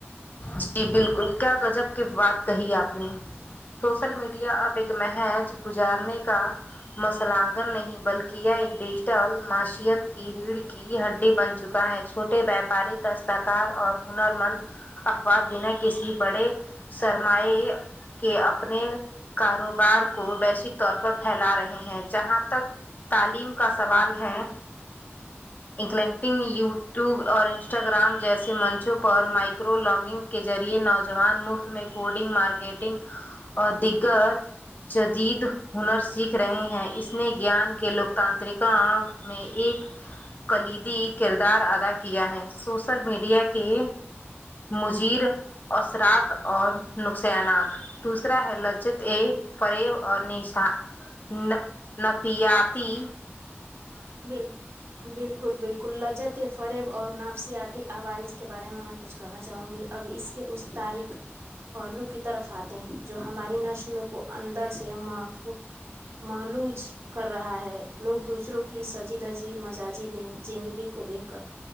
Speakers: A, on the left (about 40°); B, on the right (about 75°).
A: جی بالکل کیا گجب کی بات کہی آپ نے سوشل میڈیا اب ایک محج گزارنے کا مسلگن نہیں بلکہ یہ ایک ڈیجیٹل معیشت کی ریڑھ کی ہڈی بن چکا ہے چھوٹے ویاپاری دستکار اور ہنر مند افواد بنا کسی بڑے سرماائے کہ اپنے کاروبار کو ویشک طور پر پھیلا رہے ہیں جہاں تک تعلیم کا سوال ہے لینٹنگ یو ٹیوب اور انسٹاگرام جیسے منچوں پر مائکو لاگنگ کے ذریعے نوجوان مفت میں کوڈنگ مارکیٹنگ اور دیگر جدید ہنر سیکھ رہے ہیں اس نے گیان کے لوکتاانترکا اور میں ایک کلیدی کردار ادا کیا ہے سوشل میڈیا کے مجیر اثرات اور نقصانات دوسرا ہے لجت اے فریب اور نشا ن نفیاتی
B: ب بالکل بالکل لجت فریب اور نافسیاتی عوارج کے بارے میں میں کچھ کرنا چاہوں گی اب اس کے اس تاریخ پہلو کی طرف آتے ہیں جو ہماری نسل کو اندر سے مف محلوج کر رہا ہے لوگ دوسروں کو کی سجی دجی مزاجی زندگی کو دیکھ کر